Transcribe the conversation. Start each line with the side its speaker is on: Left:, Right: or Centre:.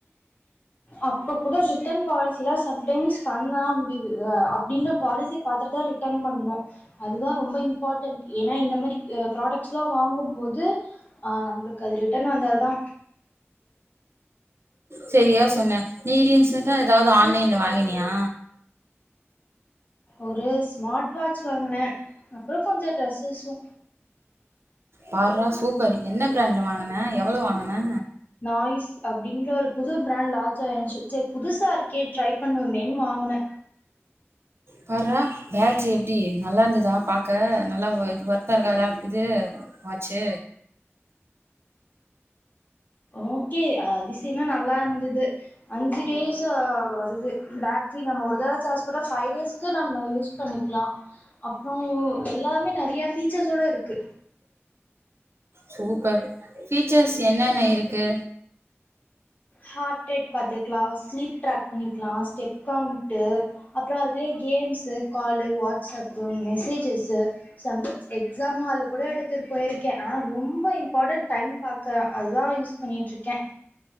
Left: அப்ப கூட ரிட்டன் பாலிசிலா சம்டைம்ஸ் பண்ணா இ அ அப்டிங்கிற பாலிசிய பாத்துட்தா ரிட்டன் பண்ணு அதுதா ரொம்ப இம்பார்ட்டன்ட் ஏன்னா இந்த மாதிரி அ ப்ராடக்ட்ஸ்லா வாங்கும்போது ஆ நம்ளுக்கு அது ரிட்டன் வந்தாதா
Right: செரியா சொன்ன நீ ரின்ஸன்ட்டா ஏதாவுது ஆன்லைன்ல வாங்கினியா
Left: ஒரு ஸ்மார்ட் வாட்ச் வாங்குனே அப்புறோ கொஞ்ச ட்ரெஸ்ஸஸ்சு
Right: பார்றா சூப்பர் என்ன பிராண்ட்ல வாங்குன எவளோ வாங்குன
Left: ஆயிஸ் அப்டிங்க ஒரு புது பிராண்ட் லான்ச் ஆயிஞ்ச்சு சேர் புதுசா இருக்கே ட்ரை பண்ணுவமேன்னு வாங்குனே
Right: பார்றா பேட்ரி எப்டி நல்லாருந்துதா பாக்க நல்லா ஒ ஒர்த்தா இருக்காரா இது வாச்சு
Left: ஓக்கே அ அதிசயமா நல்லாருந்துது அஞ்சு டேசா வருது பேட்ரி நம்ம ஒரு தடவ சார்ஜ் போட்டா ஃபை டேஸ்க்கு நம்ம யூஸ் பண்ணிக்கிலா அப்றோ எல்லாமே நெறியா ஃபீச்சர்ஸோட இருக்கு
Right: சூப்பர் ஃபீச்சர்ஸ் என்னென்ன இருக்கு
Left: ஹார்ட்ரேட் பாத்துக்லா ஸ்லீப் ட்ராக் பண்ணிக்கிலா ஸ்டெப் கவுண்ட்டு அப்றோ அதுலயே games call WhatsApp messages sometimes exam ஹாலுக் கூட எடுத்துட்டு போயிருக்கே ஆனா ரொம்ப இம்பார்ட்டன் டைம் பாக்க அதா யூஸ் பண்ணிட்ருக்கே